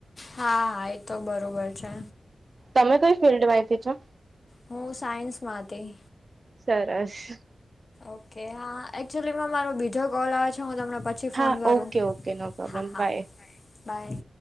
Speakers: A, on the left (about 40°); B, on the right (about 45°).
A: હા એ તો બરોબર છે.
B: તમે કઈ ફિલ્ડમાંથી છો?
A: હું સાયન્સમાં હતી.
B: સરસ.
A: ઓકે હા એકચુલીમાં મારો બીજો કોલ આવે છે હું તમને પ છી
B: હા
A: ફોન કરું,
B: ઓકે ઓકે નો પ્રોબ્લેમ
A: હા હા
B: બાય
A: બાય.